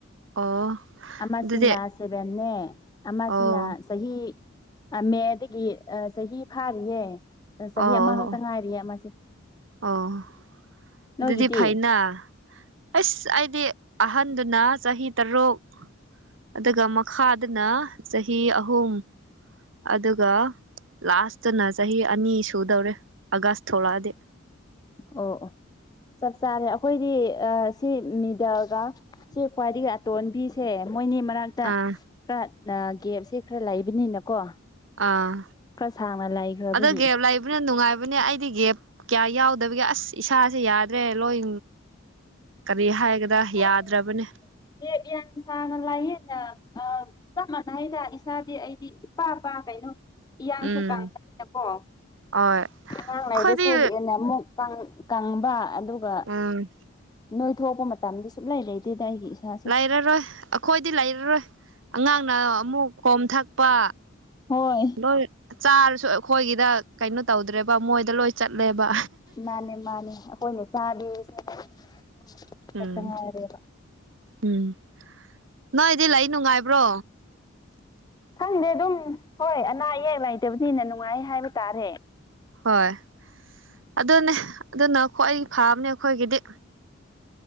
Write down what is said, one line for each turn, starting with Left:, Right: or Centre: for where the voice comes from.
Right: ꯑꯣ
Left: ꯑꯃꯁꯤꯅ
Right: ꯑꯗꯨꯗꯤ
Left: ꯁꯦꯚꯦꯟꯅꯦ ꯑꯃꯁꯤꯅ
Right: ꯑꯣ
Left: ꯆꯍꯤ ꯃꯦꯗꯒꯤ ꯆꯍꯤ ꯐꯥꯔꯤꯌꯦ ꯆꯍꯤ
Right: ꯑꯣ
Left: ꯑꯃꯈꯛꯇ
Right: ꯑꯣ
Left: ꯉꯥꯏꯔꯤꯌꯦ ꯑꯃꯁꯦ
Right: ꯑꯣ
Left: ꯅꯣꯏꯒꯤꯗꯤ
Right: ꯑꯗꯨꯗꯤ ꯐꯩꯅ ꯑꯁ ꯑꯩꯗꯤ ꯑꯍꯟꯗꯨꯅ ꯆꯍꯤ ꯇꯔꯨꯛ ꯑꯗꯨꯒ ꯃꯈꯥꯗꯨꯅ ꯆꯍꯤ ꯑꯍꯨꯝ ꯑꯗꯨꯒ ꯂꯥꯁꯇꯨꯅ ꯆꯍꯤ ꯑꯅꯤ ꯁꯨꯗꯧꯔꯦ ꯑꯥꯒꯁ ꯊꯣꯛꯂꯛꯑꯗꯤ
Left: ꯑꯣ ꯑꯣ ꯆꯞ ꯆꯥꯔꯦ ꯑꯩꯈꯣꯏꯗꯤ ꯁꯤ ꯃꯤꯗꯜꯒ ꯁꯤ ꯈ꯭ꯋꯥꯏꯗꯒꯤ ꯑꯇꯣꯟꯕꯤꯁꯦ ꯃꯣꯏꯅꯤ ꯃꯔꯛ
Right: ꯑꯥ
Left: ꯇ ꯒꯦꯞꯁꯦ ꯈꯔ ꯂꯩꯕꯅꯤꯅꯀꯣ
Right: ꯑꯥ
Left: ꯈꯔ ꯁꯥꯡꯅ ꯂꯩꯈ꯭ꯔꯕꯒꯤ
Right: ꯑꯗꯣ ꯒꯦꯞ ꯂꯩꯥꯕꯅ ꯅꯨꯡꯉꯥꯏꯕ ꯍꯥꯏꯕꯅꯦ ꯑꯩꯗꯤ ꯒꯦꯞ ꯀꯌꯥ ꯌꯥꯎꯗꯕꯒꯦ ꯑꯁ ꯏꯁꯥꯁꯦ ꯌꯥꯗ꯭ꯔꯦ ꯂꯣꯏ ꯀꯔꯤ ꯍꯥꯏꯒꯗ ꯌꯥꯗ꯭ꯔꯕꯅꯦ
Left: ꯑꯁ ꯒꯦꯞ ꯌꯥꯝ ꯁꯥꯡꯅ ꯂꯩꯥꯏꯌꯦꯅ ꯑ ꯆꯞ ꯃꯥꯟꯅꯩꯗ ꯏꯁꯥꯗꯤ ꯑꯩꯗꯤ ꯏꯄꯥꯄꯥ ꯀꯩꯅꯣ ꯏꯌꯥꯡꯁꯨ
Right: ꯎꯝ
Left: ꯀꯪꯅꯩꯗꯀꯣ
Right: ꯍꯣꯏ
Left: ꯑꯉꯥꯡꯉꯩꯗꯁꯨ
Right: ꯑꯩꯈꯣꯏꯗꯤ
Left: ꯍꯦꯟꯅ ꯑꯃꯨꯛ ꯀꯪꯕ ꯑꯗꯨꯒ
Right: ꯎꯝ
Left: ꯅꯣꯏ ꯊꯣꯛꯄ ꯃꯇꯝꯗꯤ ꯁꯨꯛꯂꯩ ꯂꯩꯇꯦꯗ ꯑꯩꯒꯤ ꯏꯁꯥꯁꯦ
Right: ꯂꯩꯔꯔꯣꯏ ꯑꯩꯈꯣꯏꯗꯤ ꯂꯩꯔꯔꯣꯏ ꯑꯉꯥꯡꯅ ꯑꯃꯨꯛ ꯈꯣꯝ ꯊꯛꯄ
Left: ꯍꯣꯏ
Right: ꯂꯣꯏ ꯆꯥꯔꯁꯨ ꯑꯩꯈꯣꯏꯒꯤꯗ ꯀꯩꯅꯣ ꯇꯧꯗ꯭ꯔꯦꯕ ꯃꯣꯏꯗ ꯂꯣꯏ ꯆꯠꯂꯦꯕ
Left: ꯃꯥꯅꯦ ꯃꯥꯅꯦ <unintelligible>
Right: ꯎꯝ
Left: ꯉꯥꯏꯔꯦꯕ
Right: ꯎꯝ ꯅꯣꯏꯗꯤ ꯂꯩ ꯅꯨꯡꯉꯥꯏꯕ꯭ꯔꯣ
Left: ꯈꯪꯗꯦ ꯑꯗꯨꯝ ꯍꯣꯏ ꯑꯅꯥ ꯑꯌꯦꯛ ꯂꯩꯇꯕꯅꯤꯅ ꯅꯨꯡꯉꯥꯏ ꯍꯥꯏꯕ ꯇꯥꯔꯦ
Right: ꯍꯣꯏ ꯑꯗꯨꯅꯦ ꯑꯗꯨꯅ ꯈ꯭ꯋꯥ ꯐꯥꯕꯅꯦ ꯑꯩꯈꯣꯏꯒꯤꯗꯤ